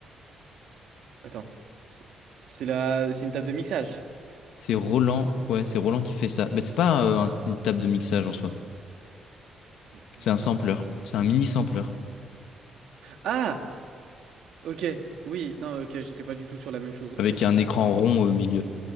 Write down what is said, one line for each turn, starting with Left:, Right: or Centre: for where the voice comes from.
Right: Attends, c'est c'est la, c'est une table de mixage.
Left: C'est Roland, ouais, c'est Roland qui fait ça. Mais c'est pas euh, un- une table de mixage en soi.
Right: Attends,
Left: C'est
Right: roll.
Left: un sampler. C'est un mini sampler
Right: Ah! Ok, oui, non, ok, j'étais pas du tout sur la même chose. Ok.
Left: avec un écran rond au milieu.